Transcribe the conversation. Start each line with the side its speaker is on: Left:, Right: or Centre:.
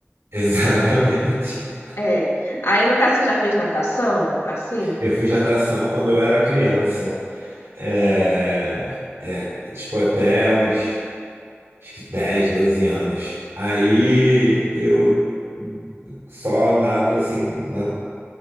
Right: <laughs> Exatamente.
Left: É. Aí, no caso, você já fez natação, assim?
Right: Eu fiz natação quando eu era criança. É, é, tipo, até os, acho que 10, 12 anos. Aí eu só nado, assim, na,